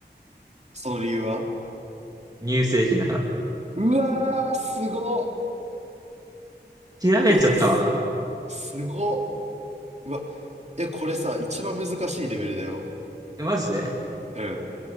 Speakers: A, on the right (about 40°); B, on the right (about 20°).
A: その理由は
B: 乳製品だから。
A: うわー、すごっ
B: ひらめいちゃったわ。
A: えー、す、すごっうわ、え、これさ、一番難しいレベルだよ。
B: えマジで
A: うん。